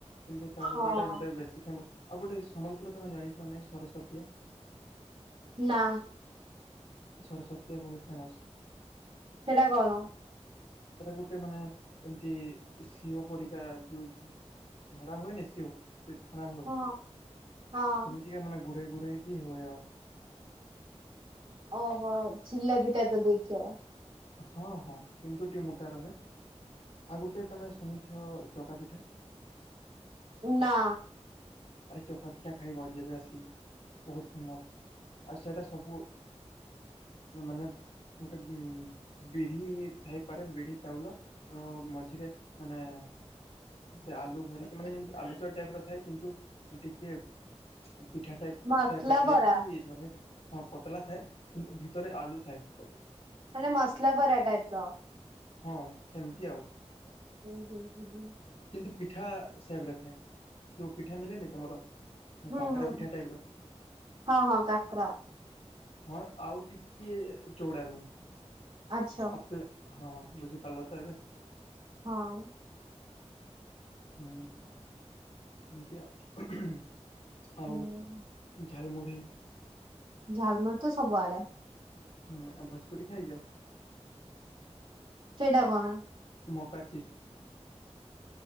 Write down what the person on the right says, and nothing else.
ହଁ
ନା।
ସେଟା କଣ।
ହଁ ହଁ।
ଓହୋ ଜିଲାପି ଟାଇପ ର‌ ଦେଇଥିବ।
ନା।
ମସଲା
ବରା
ସେନ୍ତା ମସଲା ବରାଟା ଟାଇପ ର।
ହୁଁ ହୁଁ ହୁଁ।
ହୁଁ
ହୁଁ
ହୁଁ
ହଁ ହଁ କାକରା।
ଆଚ୍ଛା
ହଁ।
ହୁଁ
ଝାଲମୁରି ତ ସବୁଆଡେ।
ସେଇଟା କଣ।